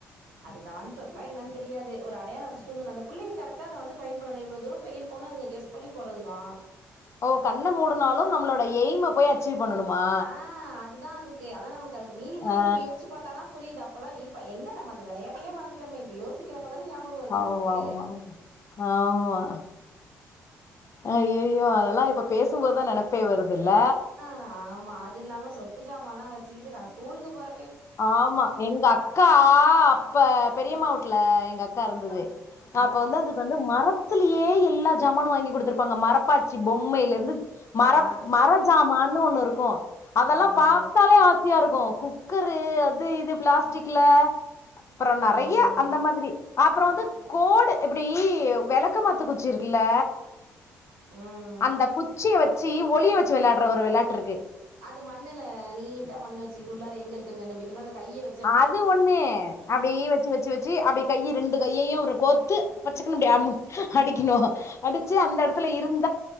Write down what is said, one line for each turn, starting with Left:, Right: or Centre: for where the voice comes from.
Right: அது கான்செப்ட்லா என்னன்னு தெரியாது ஒரு அடையாள வச்சிட்டு வந்துர்ணு அந்த புள்ளைங்க கரெட்டா அத வந்து ஃபைண்ட் பண்ணணு இவ்ளோ தூர இப்ப இருக்கோனா அதுங்க கெஸ் பண்ணி போறதுதா
Left: ஓ கண்ண மூடுனாலு நம்மளோட எய்ம போய் அச்சீவ் பண்ணணுமா
Right: ஆ அதுதா அதுக்கு ஆனா நமக்கு அதுக்கு மீனிங்லா
Left: ஆ
Right: இப்ப யோசிச்சு பாத்தாதா புரியுது அப்பெல்லா இப்ப எங்க நம்ம அந்த வெளையாட்டையே மறந்துட்டோமே இப்ப யோசிக்கிறப்ப தான ஞாபக வருது
Left: ஆமா
Right: நமக்கு
Left: ஆமா ஆமா ஐய்யய்யோ அதெல்லா இப்ப பேசும்போது தா நெனப் மே வருதுல்ல
Right: ஆ ஆமா அது இல்லாம சொப்பு சாமன்லா வச்சுக்கிட்டு நா ஸ்கூலுக்கு போற
Left: ஆமா எங்க அக்கா இப்ப பெரியம்மா வீட்ல எங்க அக்கா இருந்தது
Right: ஆ,
Left: அப்ப வந்து அதுக்கு வந்து மரத் துலேயே எல்லா ஜாமானு வாங்கி குடுத்துருப்பாங்க மரப்பாச்சி பொம்மையிலேருந்து மரப்
Right: ஆ,
Left: மர ஜமான்னு ஒன்னு இருக்கு அதெல்லா
Right: ஆமா.
Left: பாத்தாலே ஆசையா இருக்கு குக்கரு அது இது பிளாஸ்டிக்ல அப்ற நெறைய
Right: ம்,
Left: அந்த மாதிரி அப்புற வந்து கோடு இப்டி வெளக்கமாத்து குச்சி இருக்குல்ல
Right: ம்.
Left: அந்தக் குச்சிய வச்சு ஒளிய வச்சு வெளையாடுற ஒரு வெளையாட்டு இருக்கு
Right: அந்த மண்ணுல நீட்டா மண்ண வச்சுக்கிட்டு உள்ளார எங்க இருக்குன்னு கண்டுபுடிக்கணுன்னா அந்த கைய வச்
Left: அது ஒன்னு அப்டியே வச்சு வச் சு வச்சு அப்டி கையி ரெண்டு ரெண்டு கையையு அப்ற கோத்து பச்சக்குன்னு இப்டி அமுக் அடிக்கணு அடிச்சு அந்த எடத்துல இருந்